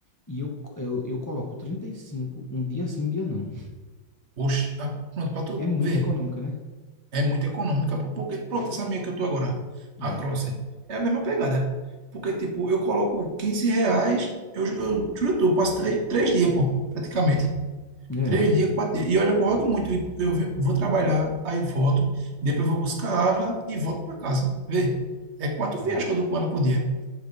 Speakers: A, on the left (about 15°); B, on the right (about 35°).
A: E eu, eu, eu coloco 35 um dia sim, um dia não.
B: Oxe, ah, pronto, para tu
A: É muito
B: ver.
A: econômica, né?
B: É muito econômica, pô. Porque, pronto,
A: Aí,
B: essa minha que eu tô agora,
A: hum,
B: a Crosser, é a mesma pegada. Porque, tipo, eu coloco 15 reais, eu, ju- eu juro, tu, eu passo três, três dias, pô, praticamente.
A: é,
B: Três dias, quatro dias. E olha, que eu rodo muito, viu? porque eu vi- vou trabalhar, aí volto, depois vou buscar a Ávila e volto para casa. Vê? É quatro
A: é.
B: viagens que eu dou com ela por dia.